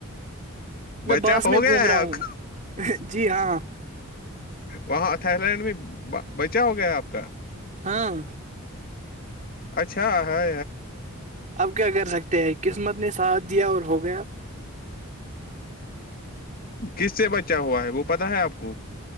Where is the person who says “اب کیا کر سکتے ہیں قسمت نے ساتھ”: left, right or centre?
Right